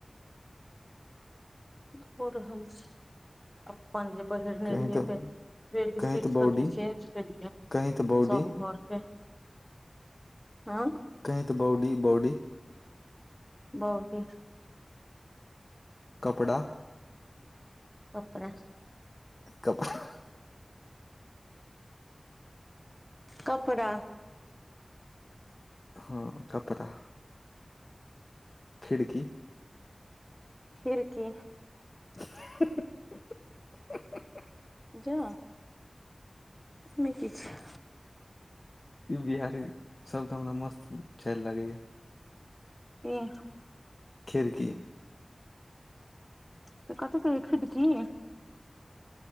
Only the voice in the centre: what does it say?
धो रहल छी अपन नेरीए
फेर बे
सीट
सब
चेज करए
सब घरके हँ
बॉउडी
कपड़ा
कपड़ा
खिड़की
जा एसमे कि छै
ऐंह
तऽ कथी कह एक खिड़की